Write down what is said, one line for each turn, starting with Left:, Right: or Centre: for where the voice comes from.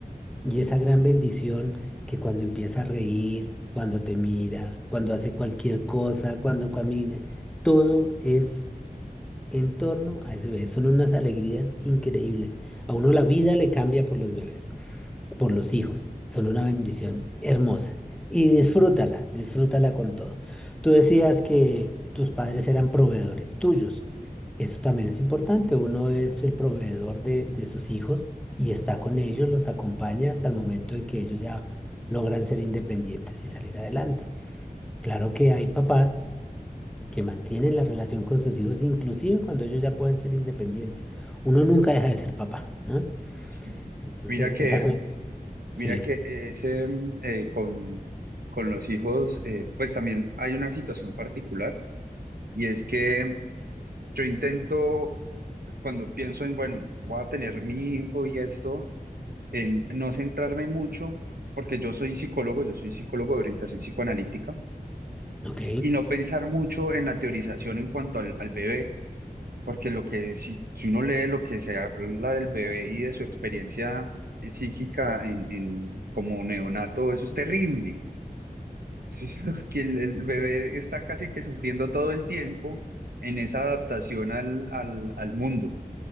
Centre: y esa gran bendición que cuando empieza a reír, cuando te mira, cuando hace cualquier cosa, cuando camina, todo es en torno a ese bebé. Son unas alegrías increíbles. A uno la vida le cambia por los bebés, por los hijos. Son una bendición hermosa. Y disfrútala, disfrútala con todo. Tú decías que tus padres eran proveedores tuyos. Eso también es importante. Uno es el proveedor de, de sus hijos y está con ellos, los acompaña hasta el momento en que ellos ya logran ser independientes y salir adelante. Claro que hay papás que mantienen la relación con sus hijos, inclusive cuando ellos ya pueden ser independientes. Uno nunca deja de ser papá, ¿no?
Right: Sí.
Centre: Entonces,
Right: Mira que,
Centre: esa... Ujú. re- Sí,
Right: mira que ese, mm, eh, con, con los hijos, eh, pues también hay una situación particular y es que yo intento, cuando pienso en, bueno, voy a tener mi hijo y esto, en no centrarme mucho, porque yo soy psicólogo, yo soy psicólogo de orientación psicoanalítica.
Centre: ok,
Right: y no pensar mucho en la teorización en cuanto al, al bebé, porque lo que si, si uno lee lo que se habla del bebé y de su experiencia psíquica en, en como neonato, eso es terrible. <laughs> Que el, el bebé está casi que sufriendo todo el tiempo en esa adaptación al, al, al mundo.